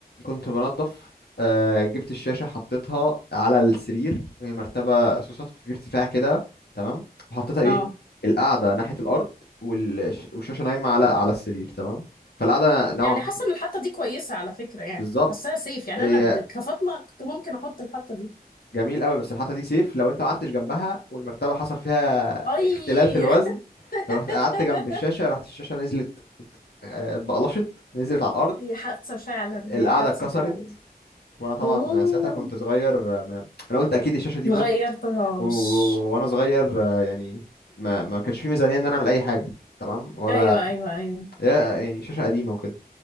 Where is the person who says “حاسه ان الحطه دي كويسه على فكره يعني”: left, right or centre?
Left